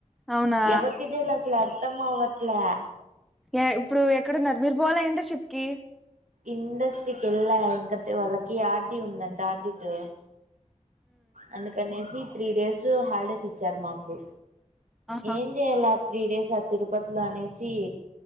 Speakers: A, in the centre; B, on the right (about 80°).
A: అవునా
B: ఎవరికి చేయాల అసలు అర్థం అవ్వట్లే
A: య ఇప్పుడు ఎక్కడున్నారు మీరు పోలే ఇంటర్నషిప్ కి?
B: ఇండస్ట్రీకేళ్లా ఎంగత్ వాళ్కి ఆర్టీ ఉందంట ఆటీతో అందుకనేసి త్రీ డేస్ హాలిడేస్ ఇచ్చారు మాకు
A: ఆహా
B: ఏం చేయాల త్రీ డేస్ ఆ తిరుపతిలో అనేసి